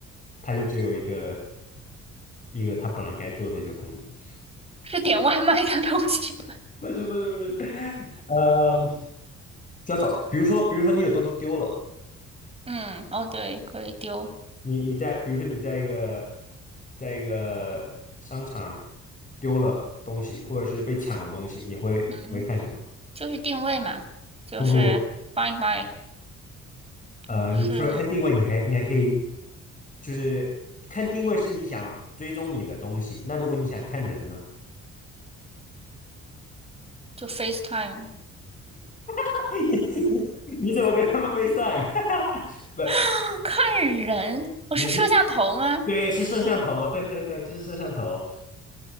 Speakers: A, on the left; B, on the right.
A: 它就只有一个一个它本来该做的一个功能。<laughs>
B: 是点外卖的东西吗？
A: 不是不是不是，嗯，就要找，比如说比如说你有东西丢了，
B: <laughs> 嗯，哦，对，可以丢，
A: 你你在比如说你在一个在一个商场丢了东西，或者是被抢了东西，你会你会看什么？
B: 嗯，就是定位嘛，就是
A: 不不
B: Find My，
A: 呃，
B: 不是
A: 你除了看定位，你还你还可以，就是看定位是你想追踪你的东西。那如果你想看人呢？
B: 就 FaceTime。
A: <laughs> 你你你怎么跟他们 FaceTime？<laughs> 不，
B: 啊，看人，我是摄像头吗？
A: 你你对是摄像头，对对对，就是摄像头。